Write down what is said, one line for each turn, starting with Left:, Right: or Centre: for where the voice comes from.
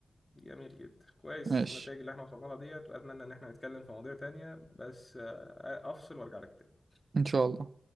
Left: جميل جدا كويس
Right: ماشي
Left: النتائج اللي احنا وصلنا لها ديت واتمنى ان احنا نتكلم في مواضيع تانية بس آه، افصل وارجع لك تاني
Right: ان شاء الله